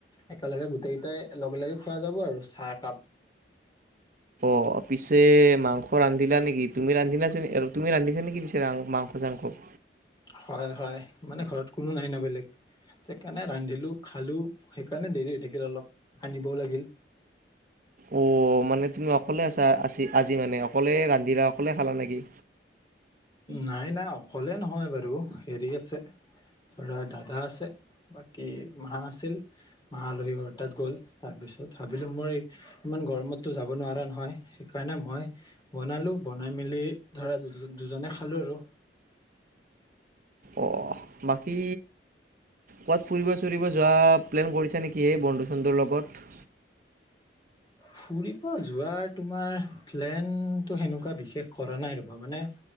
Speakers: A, on the left; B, on the right.
A: একেলগে গোটেই কেইটাই লগ লগি খোৱা যাব আৰু চাহ একাপ।
B: অ', পিছে মাংস ৰান্ধিলা নেকি? তুমি ৰান্ধিলা চ আৰু তুমি ৰান্ধি নেকি পিছে মাংস চাংস। <inaudible>
A: হয়, হয়, মানে ঘৰত কোনো নাই ন বেলেগ। সেইকাৰণে ৰান্ধিলো খালোঁ, সেইকাৰণে দেৰি হৈ থাকিল অলপ আনিবও লাগিল।
B: অ', মানে তুমি অকলে আছা আ-আজি মানে অকলে ৰান্ধিলা অকলে খালা নেকি?
A: নাই, নাই অকলে নহয় বাৰু হেৰি আছে। ধৰা দাদা আছে, বাকী মা আছিল। মা আলহী ঘৰ তাত গ'ল, তাৰপিছত ভাবিলো মই ইমান গৰমতো যাব নোৱাৰা নহয় সেইকাৰণ সেই কাৰণে মই বনালো, বনাই মেলি ধৰা দু দুজনে খালো আৰু।
B: অ বাকী? কৰবাত ফুৰিব চুৰিব যোৱা প্লেন কৰিছা নেকি এই বন্ধু-চন্ধুৰ লগত?
A: ফুৰিব যোৱাৰ তোমাৰ প্লেন সেনেকুৱা বিশেষ কৰা নাই ৰ'বা মানে।